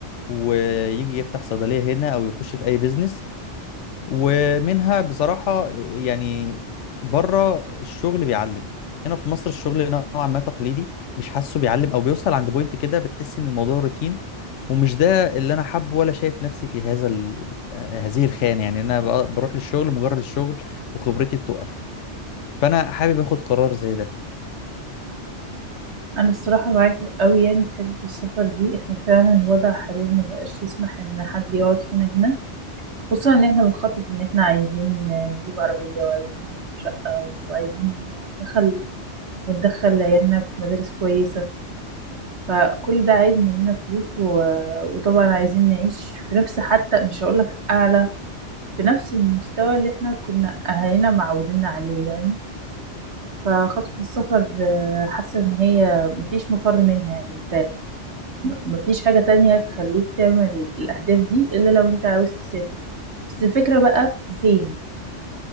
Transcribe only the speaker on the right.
انا الصراحه معاك قوي يعني في حته السفر دي احنا فعلا الوضع حاليا ما بقاش يسمح ان حد يقعد فينا هنا خصوصا ان احنا بنخطط ان احنا عايزين نجيب عربيه وعايزين نجيب شقه وعايزين نخلف وندخل عيالنا في مدارس كويسه فكل ده عايز مننا فلوس و... وطبعا عايزين نعيش في نفس حتى مش هقولك اعلى في نفس المستوى اللي احنا كنا اهالينا معوديننا عليه يعني فخطوه السفر آه، حاسه ان هي مفيش مفر منها يعني مفيش حاجة تانية تخليك تعمل الأهداف دي إلا لو أنت عاوز تسافر بس الفكرة بقى في فين